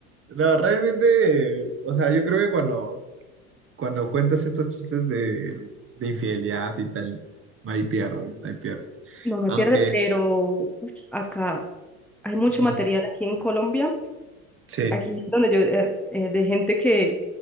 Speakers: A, on the right; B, in the centre.
A: No, realmente, eh, o sea, yo creo que cuando, cuando cuentas estos chistes de, de infidelidad y tal, no hay pierde, no hay pierde.
B: No me
A: Aunque,
B: pierde, pero uf, acá hay mucho
A: mm,
B: material aquí en Colombia,
A: sí,
B: aquí donde yo, eh, eh, de gente que,